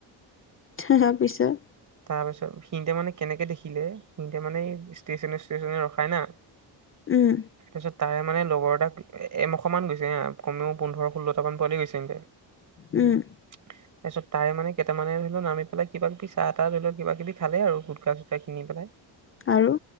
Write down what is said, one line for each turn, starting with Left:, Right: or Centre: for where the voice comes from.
Left: তাৰপিছত
Right: তাৰ পিছত- সিহতে মানে কেনেকৈ দেখিলে সিহতে মানে এই ষ্টেশচনে ষ্টেশচনে ৰখায় না।
Left: উম
Right: তাৰপিছত তাৰে মানে লগৰ এটা এমশা মান গৈছে কমেও পোন্ধৰ ষোল্লটা মান পোৱালি গৈছে এতে
Left: উম
Right: তাৰপিছত তাৰে মানে কেইটান ধৰি লও নামি পেলাই কিব কিবিাহ ধৰি লও কিবা কিবি খালে আৰু গুটকা চুটকা খিনি। বেলাই।
Left: আৰু